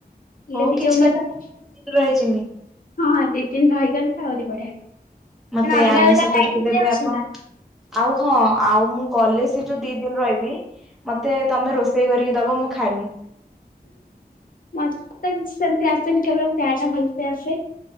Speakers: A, in the centre; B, on the left.
A: ହଉ
B: ଲ ଭଝଉ
A: କିଛି କଥା
B: ମଲେ <inaudible>
A: ନାଇଁ ମୁଁ ଦି ଦିନ ରହିଯିମି।
B: ହଁ ହଁ ଦି ଦିନ ରହିଗଲେ ତାରି ବଢିଆରେ କ
A: ମତେ
B: ଅଲଗା
A: ଆମିଷ
B: ଅଲଗା ଲାଇ
A: କରିକି
B: ହେଇଯାଉଛି
A: ଦେବେ ଆପଣ
B: ନା
A: ଆଉ ହଁ ଆଉ ମୁଁ ଗଲେ ସେ ଯୋଉ ଦି ଦିନ ରହିବି ମତେ ତମେ ରୋଷେଇ ସେଇ କରିକି ଦବ ମୁଁ ଖାଇମି।
B: ମତେତଛନ୍ତି ଆ କେବେଳ ଚା ଟା ଭଲସେ ଆସେ